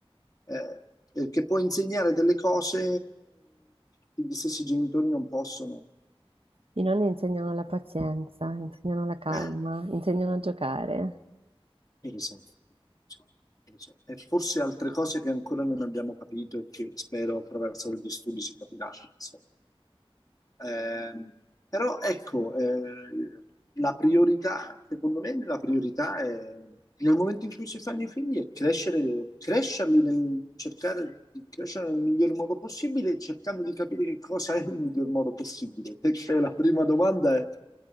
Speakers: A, on the left (about 40°); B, on the right (about 70°).
A: eh, perché può insegnare delle cose che gli stessi genitori non possono.
B: I nonni insegnano la pazienza, insegnano la calma,
A: Eh,
B: insegnano a giocare.
A: per esempio. insomma, per esempio. E forse altre cose che ancora non abbiamo capito e che spero attraverso gli studi si capiranno, insomma. Ehm, però ecco, eh, la priorità, secondo me, la priorità è nel momento in cui si fanno i figli è crescere, crescerli nel cercare di crescere nel miglior modo possibile, cercando di capire che cosa è il miglior modo possibile. Perché la prima domanda è,